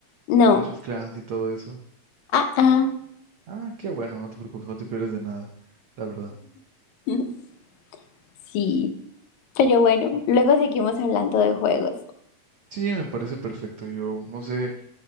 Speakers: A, on the left; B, on the right.
A: No.
B: Clash of Clans y todo eso.
A: Ah, ah.
B: Ah, qué bueno, no te preocupes, no te pierdes de nada, la verdad.
A: <laughs> Sí. Pero bueno,
B: Bu-
A: luego seguimos hablando de juegos.
B: Sí, me parece perfecto. Yo no sé